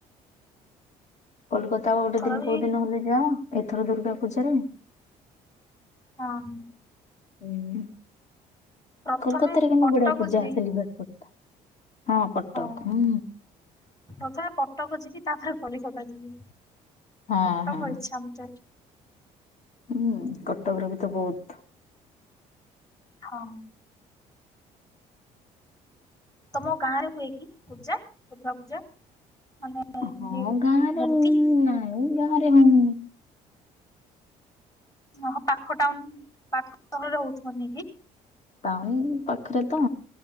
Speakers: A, on the left; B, on the left.
A: କୋଲକାତା ଗୋଟେ
B: ଏଥର
A: ଦିନ
B: ବି
A: କୋଉ ଦିନ ହେଲେ ଯାଅ ଏଥର ଦୁର୍ଗା ପୂଜାରେ?
B: ହଁ।
A: ହିଁ,
B: ପ୍ରଥମେ
A: କୋଲକାତାରେ କେନ୍ତୁ
B: କଟକ
A: ବଢିଆ ପୂଜା
B: ଯିବି
A: ସେଲିବ୍ରେଟ୍ କର ହଁ କଟକ
B: ହଁ
A: ହୁଁ।
B: ପ୍ରଥମେ କଟକ ଯିବି ତାପରେ କଲିକତା ଯିବି।
A: ହଁ
B: କଟକ
A: ହଁ
B: ଇଛା ମୋତେ।
A: ହୁଁ କଟକରେ ବିି ତ ବହୁତ
B: ହଁ। ତମ ଗାଁ ରେ ହୁଏ କି ପୂଜା ଦୁର୍ଗା ପୂଜା? ମାନେ ଏମତି
A: ହଁ ଗାଁରେ
B: ମୂର୍ତ୍ତି
A: ନାଇଁ ଗାଁରେ ହଉନି।
B: ଓ ପାଖ ଟାଉନ ପାଖ ସହରରେ ହଉଥିବନି କି?
A: ଟାଉନ୍ ପାଖରେ ତ